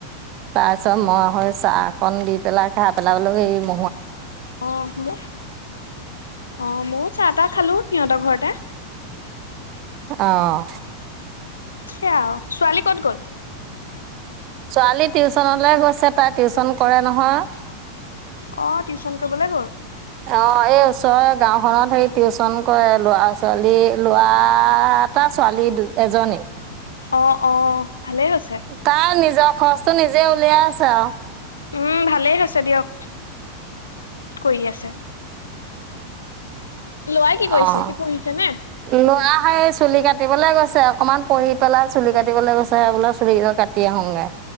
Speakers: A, on the right; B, on the left.
A: তাৰপিছত মই সৈ চাহ অকন দি পেলাই খাই পেলাই এই ম
B: অ' মোক অ' ময়ো চাহ তাহ খালোঁ সিহঁতৰ ঘৰতে।
A: অ'।
B: হেয়া আৰু। ছোৱালী কত গ'ল?
A: ছোৱালী টিউচনলৈ গৈছে, তাই টিউচন কৰে নহয়।
B: অ' টিউচন কৰিবলৈ গ'ল?
A: অ' এই ওচৰৰ গাওখনত হেই টিউচন কৰে, ল'ৰা ছোৱালী এ, লোৱা টা ছোৱালী দু এজনী।
B: অ', অ'। ভালেই হৈছে
A: তাৰ নিজৰ খৰচটো নিজে উলিয়াই আছে আৰু।
B: উম ভালেই হৈছে দিয়ক, কৰি আছে। লৰাই কি কৰিছে?
A: অ'
B: সি পঢ়িছে নে?
A: লুৱা এই চুলি কাটিবলে গৈছে, অকনমান পঢ়ি পেলাই চুলি কাটিবলৈ গৈছে বোলে চুলি কেইডাল কাটি আহোঙগে।